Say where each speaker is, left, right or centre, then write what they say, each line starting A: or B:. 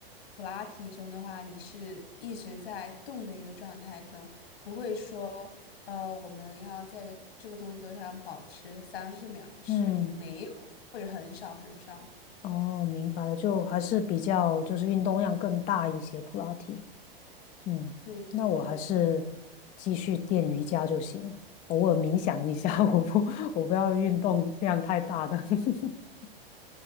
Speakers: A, on the left (about 75°); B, on the left (about 25°).
A: 普拉提中的话，你是一直在动的一个状态中，不会说，呃，我们要在个这个动作上保持三十秒，是没有或者很少很少。
B: 嗯。哦，明白了，就还是比较就是运动量更大一些，普拉提。嗯，
A: 对对对，
B: 那我还是继续练瑜伽就行了，偶尔冥想一下，<laughs> 我不我不要运动量太大的。<laughs>